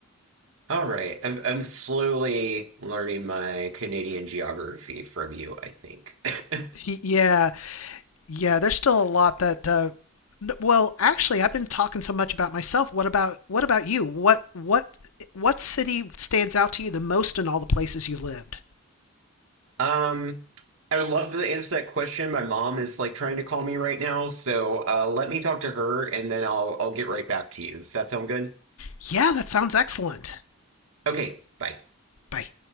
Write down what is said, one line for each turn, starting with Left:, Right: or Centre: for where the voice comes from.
Right: All right. I'm, I'm slowly learning my Canadian geography from you, I think. <laughs>
Left: Y- Yeah, Yeah, there's still a lot that uh n- well, actually, I've been talking so much about myself. What about what about you? What what what city stands out to you the most in all the places you lived?
Right: Um, I would love to answer that question. My mom is like trying to call me right now, so uh, let me talk to her and then I'll I'll get right back to you. Does that sound good?
Left: Yeah, that sounds excellent.
Right: Okay, bye.
Left: Bye.